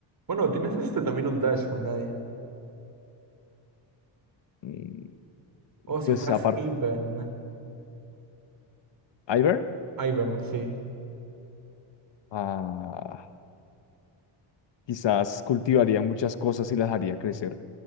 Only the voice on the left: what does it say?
Mm,
Pues
aparte,
Ivar,
ah, quizás cultivaría muchas cosas y las haría crecer.